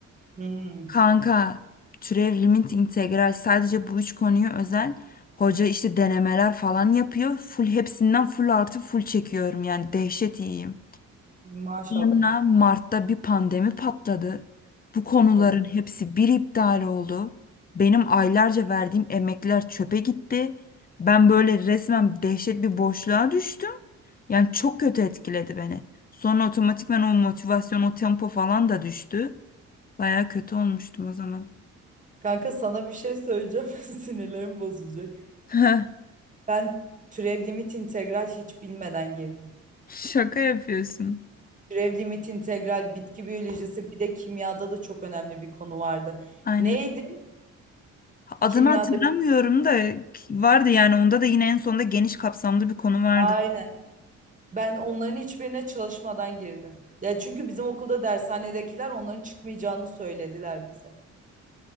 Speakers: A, on the right; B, on the left.
A: Hmm,
B: Kanka, türev, limit, integral sadece bu üç konuyu özel. Hoca işte denemeler falan yapıyor. Full hepsinden full artı full çekiyorum yani dehşet iyiyim.
A: maşallah.
B: Sonra Mart'ta bir pandemi patladı. Bu konuların
A: Kad-
B: hepsi bir iptal oldu. Benim aylarca verdiğim emekler çöpe gitti. Ben böyle resmen dehşet bir boşluğa düştüm. Yani çok kötü etkiledi beni. Sonra otomatikman o motivasyon, o tempo falan da düştü. Baya kötü olmuştum o zaman.
A: Kanka sana bir şey söyleyeceğim. <laughs> Sinirlerim bozulacak.
B: <laughs> Heh,
A: Ben türev limit integral hiç bilmeden girdim.
B: Şaka yapıyorsun.
A: Türev limit integral bitki biyolojisi bir de kimyada da çok önemli bir konu vardı.
B: Aynen.
A: Neydi?
B: Adını
A: Kimyada.
B: hatırlamıyorum da vardı yani onda da yine en sonunda geniş kapsamlı bir konu vardı.
A: Aynen. Ben onların hiçbirine çalışmadan girdim. Ya çünkü bizim okulda dershanedekiler onların çıkmayacağını söylediler bize.